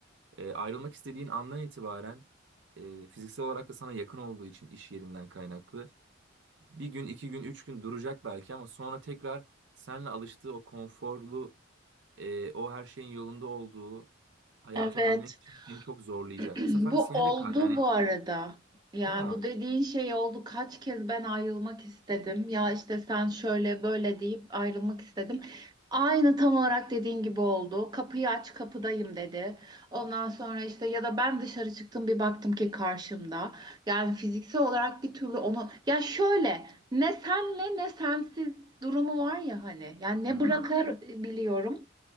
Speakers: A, on the right (about 60°); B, on the right (about 20°).
A: E, ayrılmak istediğin andan itibaren e, fiziksel olarak da sana yakın olduğu için iş yerinden kaynaklı. Bir gün, iki gün, üç gün duracak belki ama sonra tekrar seninle alıştığı o konforlu, e, o her şeyin yolunda olduğu hayata
B: Evet.
A: dönmek için seni çok zorlayacak.
B: <clears throat>
A: Bu sefer
B: Bu
A: seni
B: oldu
A: de ka- yani
B: bu arada. Yani
A: ya
B: bu dediğin şey oldu. Kaç kez ben ayrılmak istedim. Ya işte sen şöyle böyle deyip ayrılmak istedim. Aynı tam olarak dediğin gibi oldu. Kapıyı aç kapıdayım dedi. Ondan sonra işte ya da ben dışarı çıktım bir baktım ki karşımda. Yani fiziksel olarak bir türlü onu ya şöyle ne senle ne sensiz durumu var ya hani. Yani ne
A: hmm.
B: bırakabiliyorum